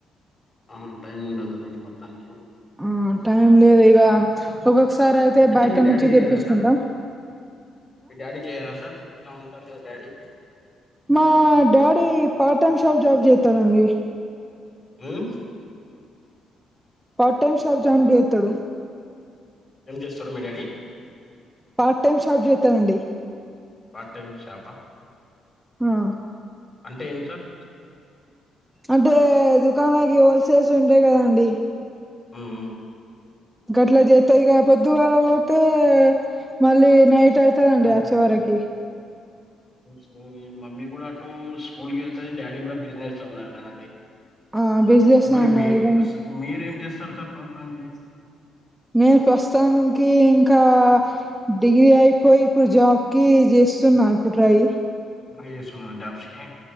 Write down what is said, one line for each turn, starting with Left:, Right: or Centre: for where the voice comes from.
Left: ఆ టైమ్ ఉండదానండి మొత్తానికి
Centre: ఆ టైం లేదు ఇగ ఒక్కొక్కసారి అయితే బయట
Left: మీ డాడీ
Centre: నుంచి
Left: చెయ్యరా
Centre: తెప్పిచుకుంటాం.
Left: సార్ మీ డాడీ చేయరా సార్ ఇంట్ల ఉంటారు. కదా డాడీ
Centre: మా daddy part time shop job చేత్తడండి.
Left: ఉమ్
Centre: పార్ట్ టైమ్ షాప్ జామ్
Left: హలో
Centre: జెత్తడు.
Left: ఏం చేస్తాడు? మీ డాడీ
Centre: పార్ట్ టైమ్ షాప్ జెత్తడండి.
Left: పార్ట్ టైమ్ షాపా
Centre: ఆ
Left: అంటే ఎంట్ సార్
Centre: అంటే దుకాణలకి హోల్సేల్స్ ఉంటాయి కదా అండి.
Left: ఉమ్
Centre: గట్లా జెత్తే ఇగ పొద్దుగాల పోతే మళ్ళీ నైట్ నైట్ అయితదండి.
Left: సాయంత్రం
Centre: అచ్చే
Left: వస్తడా
Centre: వరకి
Left: సో ఈ మమ్మీ కూడా అటు స్కూల్ కి వెళ్తది. డాడీ కూడా బిజినెస్ లో ఉన్నారు కదండి.
Centre: ఆ బిజినెస్
Left: మరి
Centre: లో ఉన్నారు
Left: మీ
Centre: ఇక
Left: మీరేం చేస్తారు సార్ ప్రస్తానికి
Centre: నేను ప్రస్తుతానికి ఇంకా డిగ్రీ అయిపోయి ఇప్పుడు జాబ్ కి జెస్ చుత్తున్నా ఇప్పుట్రై
Left: ట్రై చేస్తున్నారా జాబ్స్ కి